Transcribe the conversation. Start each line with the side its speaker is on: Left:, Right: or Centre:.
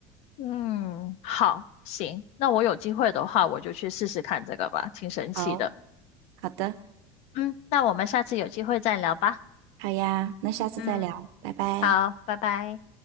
Left: 嗯，好，行，那我有机会的话，我就去试试看这个吧，挺神奇的。
Right: 好，好的，
Left: 嗯，那我们下次有机会再聊吧。
Right: 好呀，那下次再聊，
Left: 嗯，
Right: 拜拜。
Left: 好，拜拜。